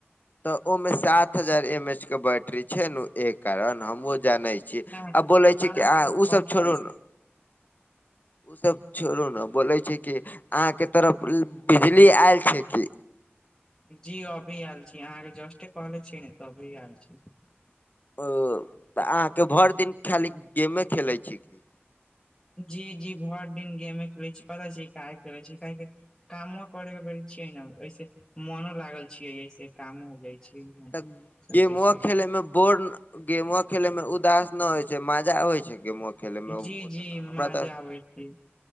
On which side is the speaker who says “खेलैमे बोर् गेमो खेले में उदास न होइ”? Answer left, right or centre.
Left